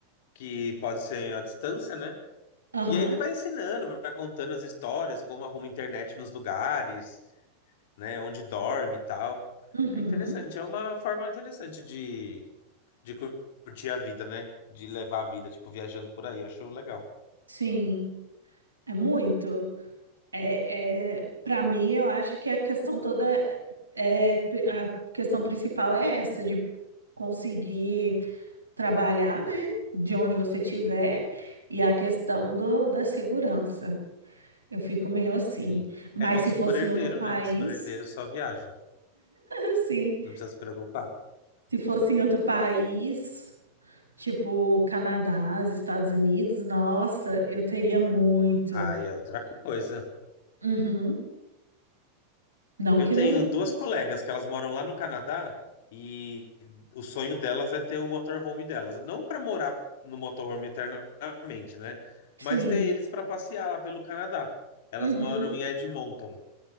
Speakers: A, on the left; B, on the right.
A: que pode ser à distância, né?
B: Aham,
A: E aí ele vai ensinando, vai contando as histórias, como arruma internet nos lugares, né, onde dorme e tal.
B: uhum,
A: É interessante, é uma forma interessante de, de cur- curtir a vida, né? De levar a vida, tipo, viajando por aí, acho legal.
B: sim, é muito. É, é, para mim, eu acho que a questão toda, é, é, a questão principal é essa, de conseguir. trabalhar, né? De onde você tiver e a questão do, da segurança. Eu fico meio assim.
A: Sim.
B: Mas
A: É bom
B: se
A: se
B: fosse
A: for herdeiro,
B: em outro país,
A: né? Se for herdeiro, só viaja.
B: <laughs> assim,
A: Não precisa se preocupar.
B: se fosse em outro país, tipo Canadá, os Estados Unidos, nossa, eu teria muito.
A: Aí é outra coisa.
B: Uhum. Não
A: Eu
B: que
A: tenho
B: não.
A: duas colegas que elas moram lá no Canadá e o sonho delas é ter o motorhome delas. Não para morar no motorhome eternamente, né?
B: Sim.
A: Mas ter eles para passear lá pelo Canadá. Elas
B: Uhum.
A: moram em Edmonton